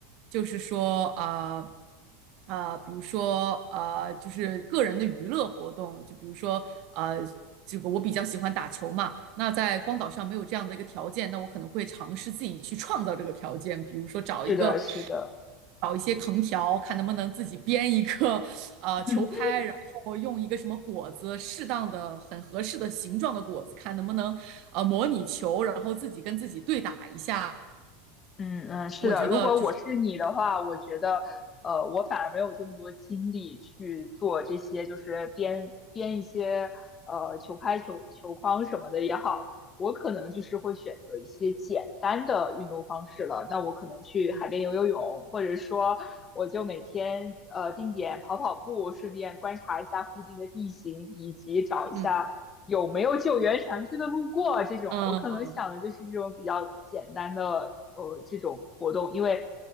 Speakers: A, on the right; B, on the left.
A: 就是说啊啊、比如说呃，就是个人的娱乐活动，就比如说呃，这个我比较喜欢打球嘛，那在荒岛上没有这样的一个条件，那我可能会尝试自己去创造这个条件，比如说找一个。
B: 是的，是的，
A: 找一些藤条，看能不能自己编一个呃球拍，
B: <laughs>
A: 然后用一个什么果子，适当的、很合适的形状的果子，看能不能呃模拟球，然后自己跟自己对打一下，
B: 嗯嗯，是的，
A: 我觉得就是
B: 如果我是你的话，我觉得，呃，我反而没有这么多精力去做这些，就是编编一些呃球拍、球球框什么的也好，我可能就是会选择一些简单的运动方式了。那我可能去海边游游泳，
A: 嗯
B: 或者说我就每天呃定点跑跑步，顺便观察一下附近的地形，以及找一下有没有救援船只的路过啊这种，
A: 嗯嗯
B: 我可能想的就是这种比较简单的呃这种活动，因为